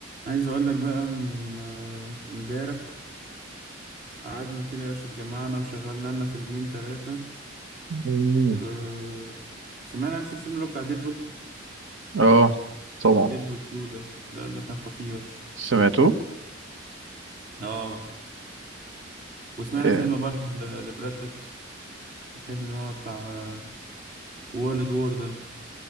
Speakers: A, on the right (about 45°); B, on the right (about 70°).
A: عايز اقول لك بقى م- آه، امبارح قعدنا كده يا باشا اتجمعنا وشغلنا لنا فيلمين ثلاثة
B: مم.
A: أه سمعنا في الفيلم اللي هو بتاع ديدبول
B: اه طبعا
A: ديدبول 2 ده ده ده كان خطير
B: سمعته
A: اه وسمعنا
B: إيه.
A: فيلم برضه ل- لبراد بيت الفيلم اللي هو بتاع وورلد وور ده